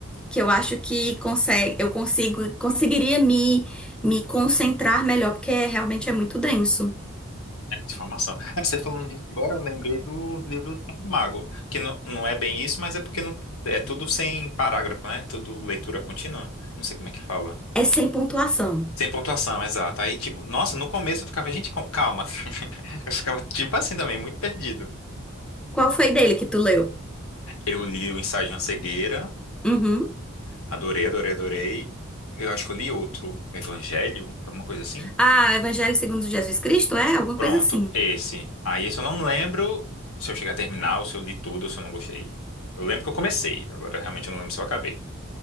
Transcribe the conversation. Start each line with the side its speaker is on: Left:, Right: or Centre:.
Centre: que eu acho que consegue, eu consigo, conseguiria me, me concentrar melhor, porque é- realmente é muito denso.
Left: É, Informação. Ah, Você falando disso agora, eu lembrei do livro do Tiago Mago, que não, não é bem isso, mas é porque não, é tudo sem parágrafo, né? Tudo leitura contínua. Não sei como é que fala.
Centre: É sem pontuação.
Left: Sem pontuação, exato. Aí, tipo, nossa, no começo eu ficava, gente, com- calma. <laughs> Eu ficava, tipo assim também, muito perdido.
Centre: Qual foi dele que tu leu?
Left: Eu li o Ensaio de uma Cegueira,
Centre: Uhum.
Left: adorei, adorei, adorei. Eu acho que eu li outro, Evangelho, alguma coisa assim.
Centre: Ah, Evangelho segundo Jesus Cristo? É, alguma
Left: Pronto,
Centre: coisa assim.
Left: esse. Aí, esse eu não lembro se eu cheguei a terminar, ou se eu li tudo, ou se eu não gostei. Eu lembro que eu comecei, agora realmente eu não lembro se eu acabei.